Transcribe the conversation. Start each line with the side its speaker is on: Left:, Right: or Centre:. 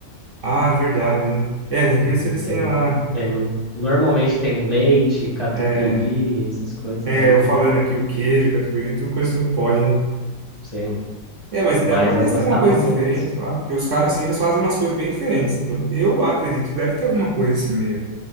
Right: Ah, verdade, né? É, tem
Left: Porque
Right: que ver se eles
Left: tem,
Right: têm lá.
Left: tem muito. Normalmente tem leite, catupiry,
Right: É,
Left: essas coisas
Right: é,
Left: daí
Right: eu
Left: já.
Right: falando aqui o queijo, catupiry, tudo coisa que não pode, né?
Left: Sim.
Right: É, mas
Left: Mas
Right: dá pra ver
Left: eu gostava
Right: se tem alguma coisa
Left: muito.
Right: diferente lá, porque os caras, assim, eles fazem umas coisas bem diferentes. No- Eu acredito que deve ter alguma coisa, assim, meio,